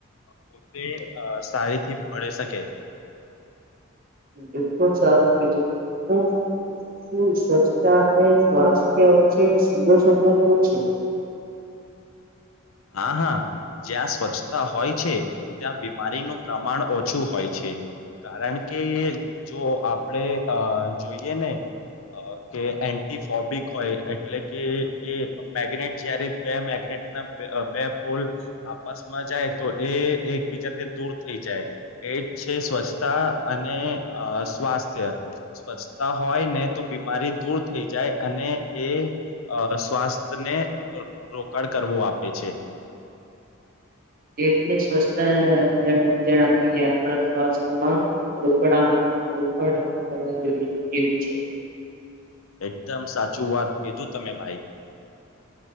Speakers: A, on the left (about 80°); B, on the right (about 45°).
A: પોતે સારીથી ભણી સકી.
B: બિલકુલ સારું કીધું સ્વચ્છતા અને સ્વાસ્થ્ય વચ્ચે સીધો સંબંધ છે.
A: હા હા જ્યાં સ્વચ્છતા હોય છે ત્યાં બીમારીનું પ્રમાણ ઓછું હોય છે કારણ કે જો આપણે અ જોઈએ ને કે એન્ટીફોબિક હોય એટલે કે એ મેગ્નેટ જયારે બે મેગ્નેટના બે પોલ આપસમાં જાય તો એ એકબીજાથી દૂર થઈ જાય એ જ છે સ્વચ્છતા અને અ સ્વાસ્થ્ય સ્વચ્છતા હોય ને તો બીમારી દૂર થઈ જાય અને એ સ્વાસ્થને રોકાણ કરવું આપે એ છે.
B: જેટલી સ્વચ્છતા જણાવીએ આપણા સ્વાસ્થ્યમાં રોકડા રોકાણ કરવા જોઈવું છે.
A: એકદમ સાચું વાત કીધું તમે ભાઈ.